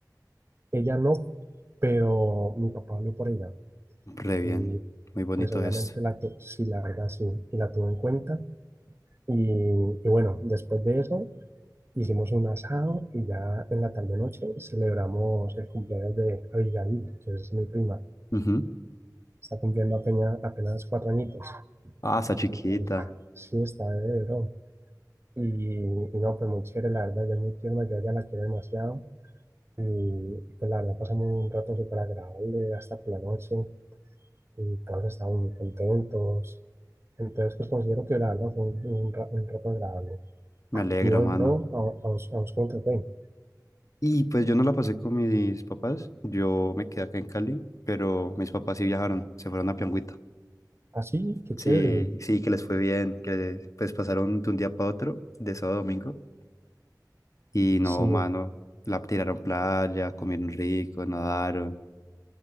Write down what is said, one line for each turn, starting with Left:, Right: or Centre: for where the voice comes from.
Right: ella no, pero mi papá habló por ella.
Left: Re bien.
Right: Y
Left: Muy bonito
Right: pues obviamente
Left: gesto.
Right: la tu- sí, la verdad sí. Y la tuvo en cuenta. Y, y bueno, después de eso Hicimos un asado y ya en la tarde-noche celebramos el cumpleaños de Abigail, que es mi prima.
Left: Ujú.
Right: Está cumpliendo apenas, apenas cuatro añitos.
Left: Ah, está chiquita.
Right: Entonces, sí, está de bro. Y, y no, pues muy chévere, la verdad, ella es muy tierna, yo a ella la quiero demasiado. Y, y pues la verdad, pasamos un rato súper agradable hasta por la noche y todos estábamos muy contentos. Entonces, pues considero que la verdad fue un, un, ra- un rato agradable.
Left: Me alegra,
Right: Y vos,
Left: mano.
Right: bro, a, a, vos- a vos cómo te fue.
Left: Y pues yo no la pasé con mis papás, yo me quedé acá en Cali, pero mis papás sí viajaron, se fueron a Piangüita.
Right: Así, qué
Left: Sí,
Right: chévere.
Left: sí, que les fue bien, que pues pasaron de un día para otro, de sábado a domingo, y no,
Right: Sí,
Left: mano, la tiraron playa, comieron rico, nadaron,